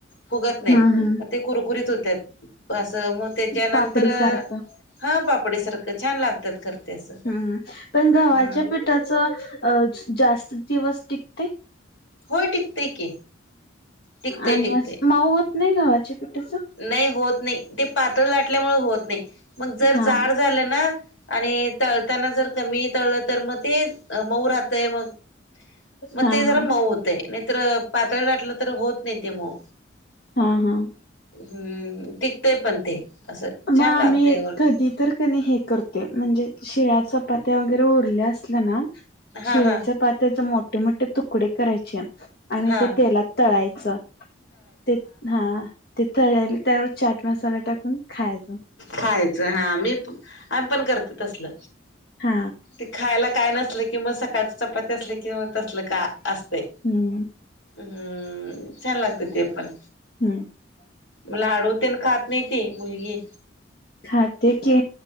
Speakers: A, on the left; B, on the left.
A: फुगत नाहीत
B: हा हा
A: मग ते कुरकुरीत होत्यात. मग त्याच्यानंतर
B: पापडी सारखं
A: हा पापडी सारख छान लागतात, खर ते असं
B: हम्म पण गव्हाच्या
A: ह
B: पिठाच जास्त दिवस टिकते.
A: होय टिकतय की टिकतय
B: आणि
A: टिकतय
B: अस माऊ होत नाही गावाच्या पिठाच.
A: नाही होत नाही ते पातळ लाटल्यामुळे होत नाही मग जर
B: हा
A: जाड झालं न आणि तळताना जर कमी तळलं तर मग ते मऊ राहतंय मग मग
B: हा
A: ते
B: हा
A: जरा मऊ होते नाहीतर पातळ लााटलं तर होत नाही ते मऊ.
B: हा हा
A: हम्म टिकतय पण ते असं
B: मग
A: छान
B: आम्ही
A: लागतय वरतून.
B: कधी तर का नाही हे करते म्हणजे शिळ्या चपात्या वगैरे उरल्या असल्या ना
A: हा
B: शिळ्या
A: हा
B: चपात्याच मोठे मोठे तुकडे करायचे. आणि
A: हा
B: ते तेलात तळायचं ते हा ते तळाले त्यावर चाट मसाला टाकून खायच.
A: खायचं हा मी पण आम्ही पण करतो तसल.
B: हा
A: ते खायला काय नसल किं म सकाळची चपाती असली किं तसल काय असतय.
B: हम्म
A: हम्म छान लागतं ते पण.
B: हम्म
A: म लाडू तेन खात नाही ती मुलगी.
B: खाते की.